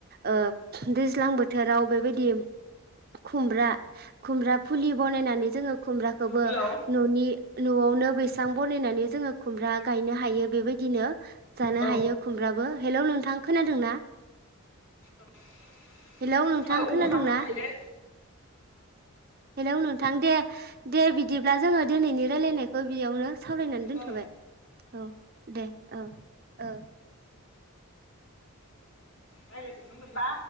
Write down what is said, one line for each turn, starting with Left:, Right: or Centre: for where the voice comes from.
Right: ओ दैज्लां बोथोराव बेबायदि खुमब्रा खुमब्रा फुलि बनायनानै जोङो खुमब्राखौबो
Left: हेलौ
Right: ननि न'आवनो बैसां बनायनानै जोङो खुमब्रा गायनो हायो बेबायदिनो जानो
Left: ओ
Right: हायो खुमब्राबो हेलौ नोंथां खोनादों ना?
Left: <inaudible>
Right: हेलौ नोंथां
Left: अखा
Right: खोनादोंना
Left: हाबायलै
Right: हेलौ नोंथां दे दे बिद दिब्ला जोङो दिनैनि रायलायनायखौ बियावनो सावरायनानै दोनथ'बाय
Left: औ
Right: औ दे औ ओ
Left: रायलाय जोबनो मोनला